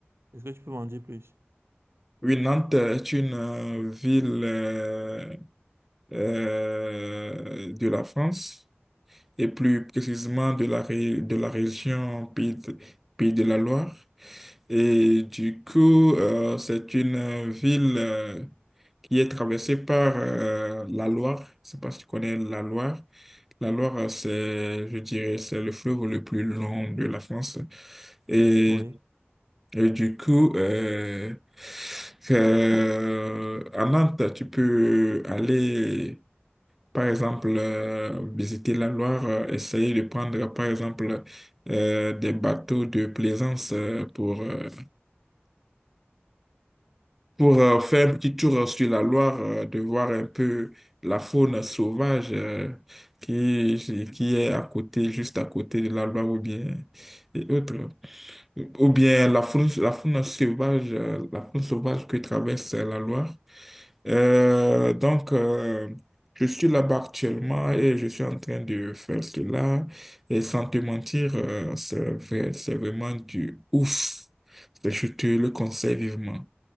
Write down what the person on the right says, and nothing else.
Est-ce que tu peux m'en dire plus?
Oui.